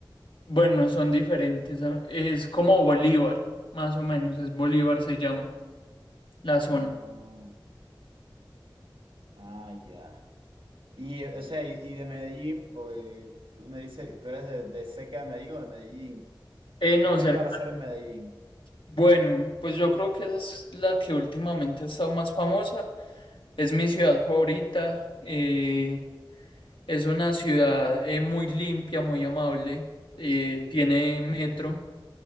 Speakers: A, on the left; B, on the right.
A: Bueno, son diferentes. ah, Es como Bolívar, más o menos. Es Bolívar se llama la zona.
B: Ah, ah, ya. Y, eh, o sea, y, y de Medellín, porque tú me dices, tú eres de, de cerca de Medellín o de Medellín.
A: Eh, no,
B: ¿Qué
A: cerca.
B: hay para hacer en Medellín?
A: Bueno, pues yo creo que esa es la que últimamente ha estado más famosa. Es mi ciudad favorita. eh, es una ciudad eh, muy limpia, muy amable. eh, tiene metro.